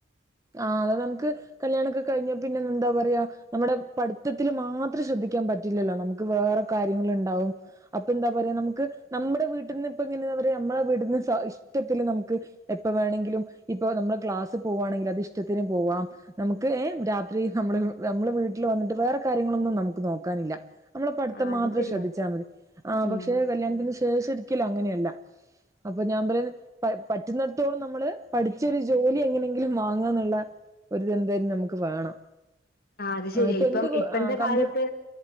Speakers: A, on the right (about 15°); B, on the left (about 45°).
A: ആഹ് അതെ നമുക്ക് കല്യാണണംക്കെ കഴിഞ്ഞാ പിന്നെ എന്താ പറയാ നമ്മുടെ പഠിത്തത്തില് മാത്രം ശ്രദ്ധിക്കാൻ പറ്റില്ല റ്റില്ലല്ലോ നമുക്ക് വേറെ കാര്യങ്ങൾ ഉണ്ടാവും അപ്പൊ എന്താ പറയാ നമുക്ക് നമ്മുടെ വീട്ടിൽന്ന് ഇപ്പം ഇങ്ങനെയാ പറയാ നമ്മളെ വീടുന്ന് ഇഷ്ടത്തില് നമുക്ക് എപ്പൊ വേണമെങ്കിലും ഇപ്പൊ നമ്മള് ക്ലാസ് പോവുവാണെങ്കിൽ അത് ഇഷ്ടത്തിന് പോവാം നമുക്ക് രാത്രി നമ്മൾ നമ്മെ വീട്ടിൽ വന്നിട്ട് വേറെ കാര്യങ്ങളൊന്നും നമുക്ക് നോക്കാനില്ല നമ്മള പഠിത്തം
B: ആഹ് അത്
A: മാത്രം
B: ശരിയാ
A: ശ്രദ്ധിച്ചാൽ മതി ആ
B: ഉം
A: പക്ഷെ കല്യാണത്തിന് ശേഷം ഒരിക്കലും അങ്ങനെയല്ല അപ്പൊ ഞാൻ പറയ പറ്റുന്നിടത്തോളം നമ്മള് പഠിച്ചൊരു ജോലി എങ്ങനെങ്കിലും വാങ്ങന്നുള്ള ഒരുതെന്തായാലും നമുക്ക് വേണം
B: അത്
A: ആഹ്
B: ശരിയാ
A: ഇപ്പം എന്ത് <unintelligible>
B: ഇപ്പഴത്തെ
A: കമ്പ്യൂ
B: കാലത്ത്